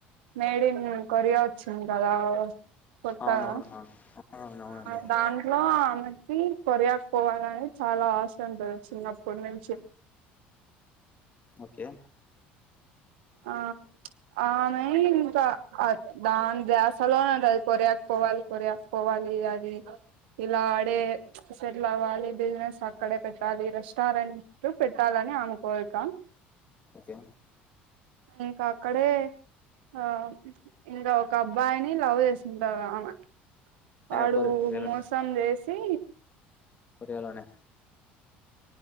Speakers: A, on the right; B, on the left.
A: మేడ్ ఇన్ కొరియా వచ్చిం కదా కొత్తాగా
B: అవునవునవును అవునవునండి
A: ఆ దాంట్లో కొరియాక పోవాలని చాలా ఆశ ఉంటది చిన్నప్పటి నుంచి
B: ఓకే
A: ఆ అమె ఇంకా దాని దసలోనే ఉ అది కొరియాకి పోవాలి కొరియాకి పోవాలి అది ఇలా ఆడే సెటిల్ అవ్వాలి బిజినెస్ అక్కడే పెట్టాలి రెస్టారెంట్ పెట్టాలని ఆమె కోరిక
B: ఓకే
A: ఇంకా అక్కడే ఆ ఇంకా ఒక అబ్బాయిని లవ్ చేస్తుంటాది ఆమె వాడు
B: అ కొరి కొరియాలో
A: మోసం చేసి
B: కొరియాలోనే